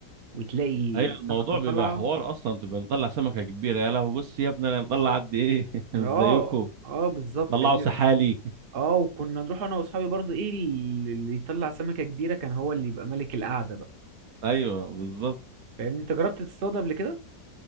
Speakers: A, on the right; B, on the right.
A: وتلاقي
B: هي
A: السمكة
B: الموضوع
A: طالعة
B: بيبقى حوار اصلا تبقى مطلع سمكه كبيره يا لهوي بص يا ابني انا مطلع قد ايه <laughs> مش
A: اه
B: زيكم
A: اه بالظبط
B: طلعوا
A: فاهمني
B: سحالي
A: اه وكنا نروح انا واصحابي برضو ايه اللي اللي يطلع سمكة كبيرة كان هو اللي يبقى ملك القعدة بقى
B: <laughs> ايوه بالظبط
A: فاهمني انت جربت تصطاد قبل كده